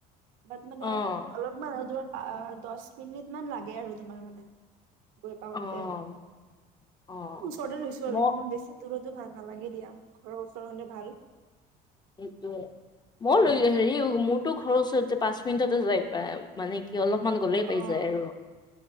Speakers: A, on the right (about 75°); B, on the left (about 20°).
A: বাট মানে
B: অ',
A: অলপমান আৰু ধ দহ মিনিট মান লাগে আৰু তোমাৰ মানে গৈ পাওতে
B: অ',
A: আৰু এ
B: অ',
A: ওচৰতে ৈছো আৰু
B: মই
A: ইমান বেছি দূৰতো ভাল নালাগে দিয়া ঘৰৰ ওচৰ হতে ভাল
B: সেইটোোৱে মই
A: উম
B: লৈ আছে হেৰি মোৰতো ঘৰৰ ওচৰত যে পাঁচ মিনিটতে যাই পায় মানে কি অলপমান গ'লেই
A: অ
B: পাই যায় আৰু